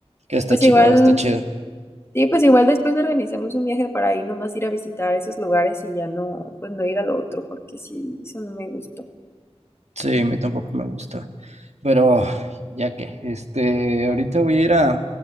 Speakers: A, on the right; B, on the left.
A: Que está
B: Pues
A: chico,
B: igual,
A: está chido.
B: sí, pues igual después organizamos un viaje para ahí nomás ir a visitar esos lugares y ya no, pues no ir al otro, porque sí, eso no me gustó.
A: Sí, a mí tampoco me gusta. Pero ya que, este, ahorita voy a ir a,